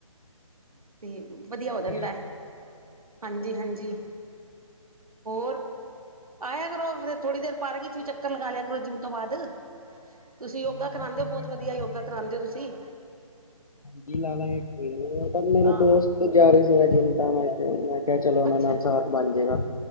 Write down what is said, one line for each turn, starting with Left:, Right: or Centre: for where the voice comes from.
Right: ਤੇ ਵਧੀਆਂ ਹੋ
Left: ਵਧੀਆ
Right: ਜਾਂਦਾਂ।
Left: ਗੱਲ ਏ।
Right: ਹਾਂਜੀ, ਹਾਂਜੀ ਹੋਰ ਆਇਆਂ ਕਰੋਂ ਫ਼ਿਰ ਥੋੜ੍ਹੀ ਦੇਰ ਪਾਰਕ ਵਿੱਚ। ਤੁਸੀਂ ਵੀ ਚੱਕਰ ਲਗਾਂ ਲ਼ਿਆ ਕਰੋਂ ਜਿਮ ਤੋਂ ਬਾਅਦ ਤੁਸੀਂ ਯੋਗਾ
Left: ਹਾਂ-ਹਾਂ
Right: ਕਰਾਉਂਦੇ
Left: ਕੋਈ
Right: ਹੋ। ਬਹੁਤ
Left: ਨੀ ਲਾ
Right: ਵਧੀਆਂ
Left: ਲਾਂਗੇ।
Right: ਯੋਗਾ ਕਰਾਉਂਦੇ ਹੋ ਤੁਸੀਂ।
Left: <inaudible> ਮੇਰੇ
Right: ਹਾਂ
Left: ਦੋਸਤ ਜਾਂ ਰਹੇਂ ਸੀ। ਮੈਂ ਜਿਦਾ ਨਾਲ਼ ਮੈਂ ਕਿਹਾਂ ਚਲੋਂ ਉਹਨਾਂ
Right: ਅੱਛਾ
Left: ਨਾਲ਼
Right: ਅੱਛਾ
Left: ਸਾਥ ਬਣ ਜਾਏਂਗਾ।